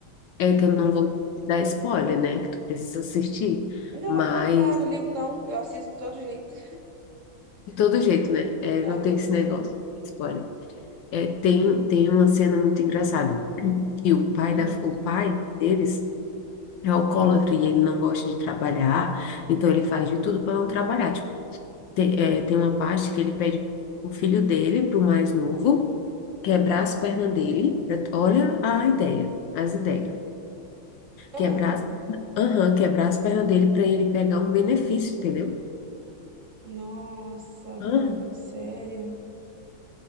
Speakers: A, on the left (about 70°); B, on the right (about 45°).
A: é que eu não vou te dar spoiler, né? Que tu precisa assistir,
B: Não,
A: mas
B: mas pode dar, não ligo não. Eu assisto de todo jeito.
A: de todo jeito, né? É,
B: Aham.
A: não tem esse negócio de spoiler. É, tem, tem uma cena muito engraçada, que o pai
B: Hum.
A: da, o pai deles é alcoólatra e ele não gosta de trabalhar. Então ele faz de tudo para não trabalhar, tipo, Tem, é, tem uma parte que ele pede o filho dele, para o mais novo, quebrar as pernas dele. pra- Olha a ideia, as ideias.
B: Ah.
A: Quebrar as, aham, quebrar as pernas dele para ele pegar um benefício, entendeu?
B: Nossa, mano,
A: Aham,
B: sério?